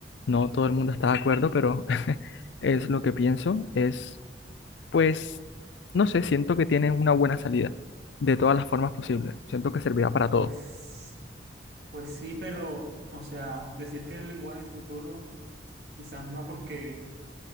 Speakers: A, on the left; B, on the right.
A: No todo el mundo está de acuerdo, pero <laughs> es lo que pienso. Es, pues, no sé, siento que tiene una buena salida de todas las formas posibles. Siento que servirá para todo.
B: Pues, pues sí, pero, o sea, decir que el lenguaje del futuro Quizás no porque,